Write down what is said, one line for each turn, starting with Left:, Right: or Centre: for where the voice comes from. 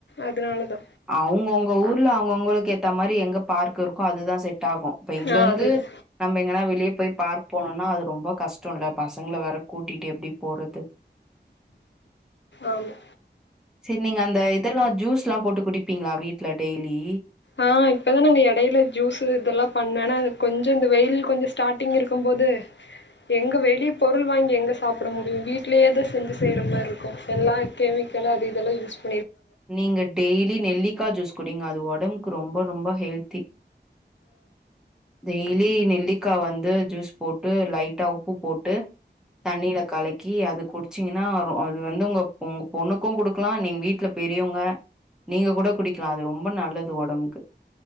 Left: அதுனால தா
Centre: அவுங்கவுங்க ஊர்ல அவுங்கவுங்களுக்கு ஏத் த்த மாரி எங்க பார்க்கிருக் கோ அதுதா செட் டாகூ இப்ப இங்கந்து
Left: ஆ அதுது
Centre: நம்ம எங்கனா வெளியே போய் பார்க் போனோனா அது ரொம்ப கஷ்டொல்ல பசங்கள வேற கூட்டிட்டு எப்டி போறது
Left: ஆமா
Centre: செர் நீங்க அந்த இதெல்லா ஜூஸ் லா போட்டு குடிப்பிங்ளா வீட்டுல டெய்லி
Left: ஆஹ் இப்பதான் நாங்க இடைல ஜூஸ் இதெல்லா பண்ணே ஏன்னா கொஞ்சோ இந்த வெயில் கொஞ்சோ ஸ்டார்ட்டிங் இருக்கும்போது எங்கே வெளியே பொருள் வாங்கி எங்கே சாப்பிட முடியும் வீட்டிலேயே தான் செஞ்சுகிற மாரி இருக்கூ எல்லா கெமிக்கலும் அது இதெல்லாம் யூஸ் பண்ண
Centre: நீங்க டெய்லி நெல்லிக்கா ஜூஸ் குடீங்க அது ஒடம்புக்கு ரொம்ப ரொம்ப ஹெல்த்தி டெய்லி நெல்லிக்கா வந்து ஜூஸ் போட்டு லைட்டா உப்பு போட்டு தண்ணில கலக்கி அது குடிச்சீங்கன்னா அது வந்து உங்க உங்க பொண்ணுக்கூ கொடுக்கலாம் நீங்க வீட்ல பெரியவங்க நீங்க கூட குடிக்க க்கலாம் அது ரொம்ப நல்லது ஒடம்புக்கு